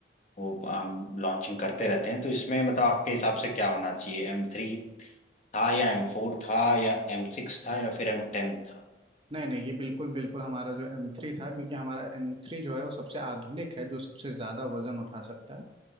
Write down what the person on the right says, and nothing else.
नहीं नहीं ये बिल्कुल बिल्कुल हमारा जो एम थ्री था क्योंकि हमारा एम थ्री जो है वो सबसे आधुनिक है जो सबसे ज़्यादा वजन उठा सकता है